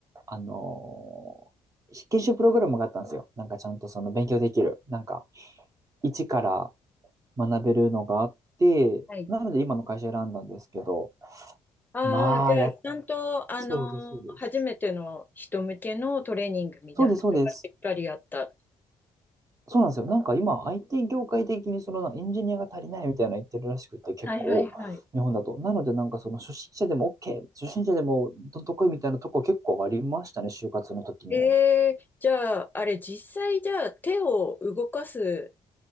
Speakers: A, on the right; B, on the left.
A: あのー研修プログラムがあったんですよ。なんかちゃんとその勉強できる。なんか、一から学べるのがあって、
B: はい。
A: なので今の会社選んだんですけど、
B: ああ、
A: まあ、
B: じゃあ、
A: や、
B: ちゃんと、あのー初めての人向けのトレーニングみたいなのがしっかりあった。
A: そうです、そうです。そうです、そうです。そうなんですよ。なんか今、IT 業界的にそのなエンジニアが足りないみたいな言ってるらしくて、結構、
B: はいはいはい。
A: 日本だと。なので、なんかその初心者でも OK、初心者でもどんとこいみたいなとこ結構ありましたね、就活の時には。
B: えー、じゃあ、あれ、実際、じゃあ、手を動かす